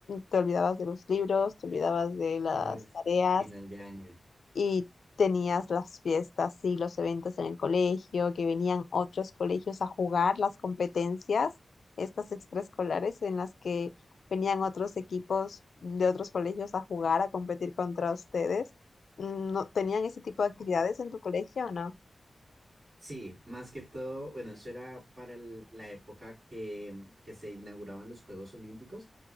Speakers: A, on the left; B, on the right.
A: te olvidabas de los libros, te olvidabas de las
B: Ah, es
A: tareas
B: final de año.
A: y tenías las fiestas y los eventos en el colegio, que venían otros colegios a jugar las competencias, estas extraescolares en las que venían otros equipos de otros colegios a jugar, a competir contra ustedes. Mm, ¿No tenían ese tipo de actividades en tu colegio o no?
B: Sí, más que todo, bueno, eso era para el- la época que, que se inauguraban los Juegos Olímpicos.